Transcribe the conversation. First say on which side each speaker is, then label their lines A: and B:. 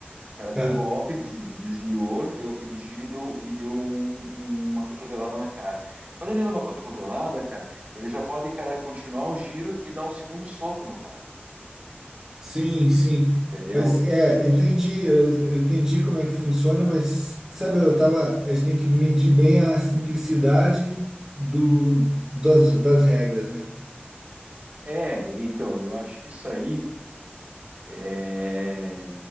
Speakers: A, on the right; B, on the right.
A: O cara deu
B: tá.
A: o golpe, des- desviou, deu aquele giro e deu, e deu um- um, uma cotovelada na cara. Quando ele dá uma cotovelada, cara, ele já pode, cara, continuar o giro e dar um segundo soco no cara,
B: Sim, sim.
A: entendeu?
B: Mas é, entendi, eu, eu entendi como é que funciona, mas sabe, eu tava, a gente tem que medir bem a simplicidade do, das, das regras, né?
A: É, então, eu acho que isso aí é,